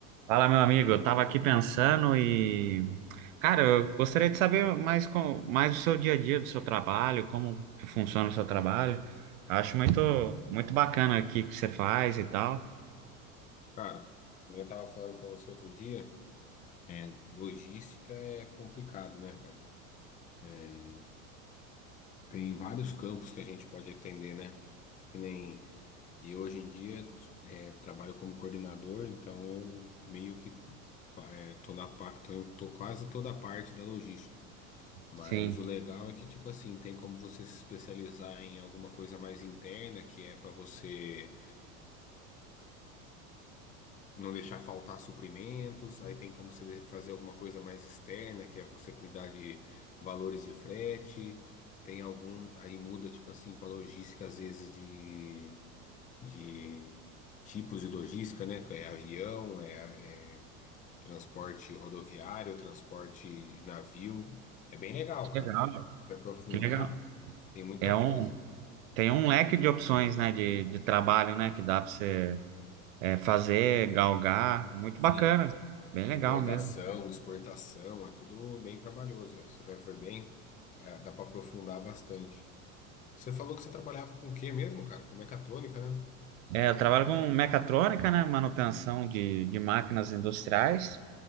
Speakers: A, on the right (about 70°); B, on the left (about 20°).
A: Fala, meu amigo. Eu tava aqui pensando e, cara, eu gostaria de saber mais com mais do seu dia a dia, do seu trabalho, como que funciona o seu trabalho. Eu acho muito muito bacana aqui que você faz e tal.
B: Cara, eu tava falando pra você outro dia, é, logística é complicado, né, cara? É, tem vários campos que a gente pode atender, né? Que nem, e eu hoje em dia é, trabalho como coordenador, então eu meio que é, tô na, pa- tô, em- tô quase toda a parte da logística. Mas
A: Sim.
B: o legal é que, tipo assim, tem como você se especializar em alguma coisa mais interna, que é pra você. não deixar faltar suprimentos, aí tem como você fazer alguma coisa mais externa, que é você cuidar de valores de frete, tem algum, aí muda, tipo assim, para logística, às vezes, de, de tipos de logística, né? que É avião, é, é- é transporte rodoviário, transporte de navio. É bem legal,
A: Que
B: cara.
A: legal.
B: Se aprofundar,
A: Que legal.
B: tem muita
A: É um
B: coisa.
A: tem um leque de opções, né, de, de trabalho, né, que dá para você é, fazer, galgar. Muito
B: Sim.
A: bacana. Bem
B: Importação,
A: legal mesmo.
B: exportação, é tudo bem trabalhoso. Aí você vai ver bem, é, dá para aprofundar bastante. Você falou que você trabalhava com o quê mesmo, cara? Com mecatrônica, né?
A: É, eu trabalho com mecatrônica, né, manutenção de, de máquinas industriais.